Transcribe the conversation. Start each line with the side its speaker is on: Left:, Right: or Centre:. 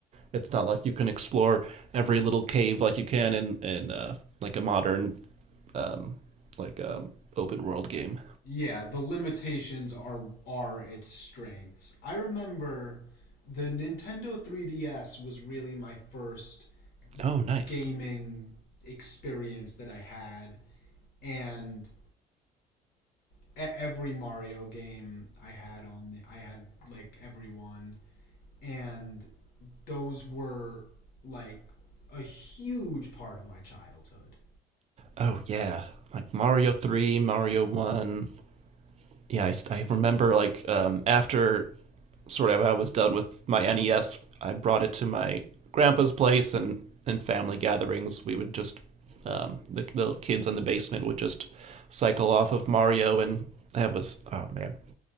Right: It's not like you can explore every little cave like you can in in uh, like a modern um, like um, open world game.
Left: yeah the limitations are are its strengths i remember the nintendo 3ds was really my first
Right: Oh, nice.
Left: gaming experience that i had and e- every Mario game I had on the, I had like every one, and those were like a huge part of my childhood.
Right: Oh yeah, like Mario Three, Mario One, yeah, I, I remember like um, after sort of I was done with my NES, I brought it to my grandpa's place, and in family gatherings, we would just um, the the kids in the basement would just cycle off of Mario, and that was oh man,